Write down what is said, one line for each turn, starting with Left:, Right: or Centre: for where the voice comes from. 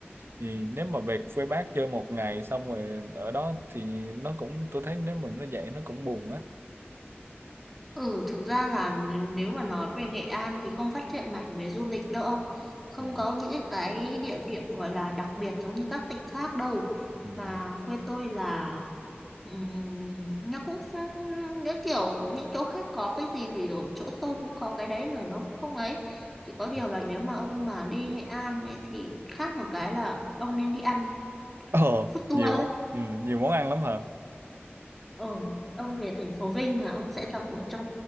Right: thì nếu mà về quê bác chơi một ngày xong rồi ở đó thì nó cũng tôi thấy nếu mình nó vậy nó cũng buồn á
Centre: Ừ, thực ra là n- nếu mà nói về Nghệ An thì không phát triển mạnh về du lịch đâu. Không
Right: ừ.
Centre: có những cái cái địa điểm gọi là đặc biệt giống như các tỉnh khác đâu.
Right: Ừ.
Centre: Mà quê tôi là ừm, nó cũng không- những kiểu những chỗ khác có cái gì thì ở chỗ tôi cũng có cái đấy rồi nó cũng không ấy. Chỉ có điều
Right: ừ.
Centre: là nếu mà ông mà đi Nghệ An ấy thì khác một cái là ông nên đi ăn
Right: Ờ,
Centre: food tour
Right: nhiều
Centre: ấy.
Right: món- ừ, nhiều món ăn lắm hả
Centre: Ừ, ông về thành phố Vinh là ông sẽ lập cho